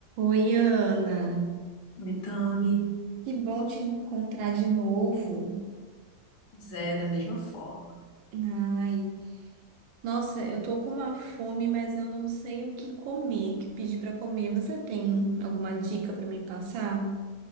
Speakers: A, on the right; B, on the left.
A: Oi, Ana.
B: Mitame,
A: Que bom te encontrar de novo.
B: pois é da mesma forma.
A: Ai, nossa, eu tô com uma fome, mas eu não sei o que comer, o que pedir pra comer. Você tem alguma dica pra me passar?